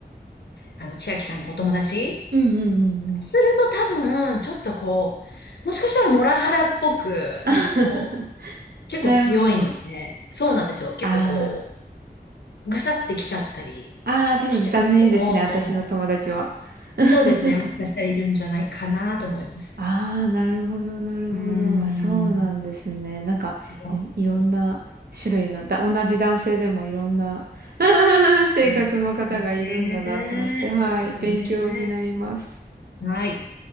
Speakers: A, on the left (about 75°); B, on the right (about 65°).
A: あの、千秋さんのお友達
B: うんうんうんうん。
A: すると多分、ちょっとこう、もしかしたらモラハラっぽく、
B: <laughs>
A: なんかこう、結構強いので、
B: なるほど。
A: そうなんですよ。結構こ
B: あ
A: う、ぐさってきちゃったりしちゃう人も、
B: あ、ああ、多分ダメですね、私の友達は。<laughs>
A: そうですね。もしかしたらいるんじゃないかなと思います。
B: ああ、なるほど、なるほど。
A: うーん。
B: あ、そうなんですね。なんか、
A: そうなんですよ。
B: い、いろんな種類の、だ、同じ男性でもいろんな <laughs> 性格の方がいるんだなって思って、
A: そうですね。
B: はい、
A: そうですね。
B: 勉強になります。
A: はい。